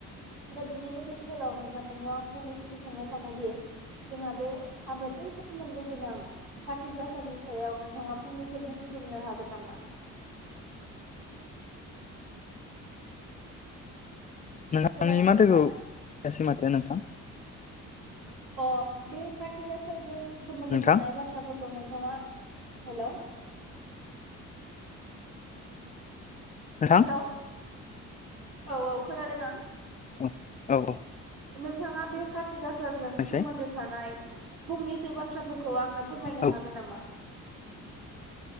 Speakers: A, on the right; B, on the left.
A: दा बिनिनो गेजेराव नोंथांनियाव आं फंनैसोसो सोंनो सानोदि जोंहा बे आबादजों सोमोन्दो गोनां कार्तिक गासानि सायाव नोंथाङा फंनैसो बुंसेमनो हागोन नामा?
B: नोंथांनि
A: खोनादोंना
B: माथोखौ
A: नोंथां?
B: खोनायासै माथो नोंथां।
A: अ दे खाथि गासाजों सोमोनदो
B: नोंथां
A: थानाया बाथ्राफोर खौ नोंथाङा हेलौ
B: नोंथां
A: हेलौ। औ औ खोनादों आं
B: औ औ औ
A: नोंथाङा बे कार्ति गाासाजों
B: बुंनायसाय
A: सोमोन्दो थानाय फंनैसो बाथ्राफोर खौ आंनो फोरमायनो
B: औ
A: हागोन नामा? <inaudible>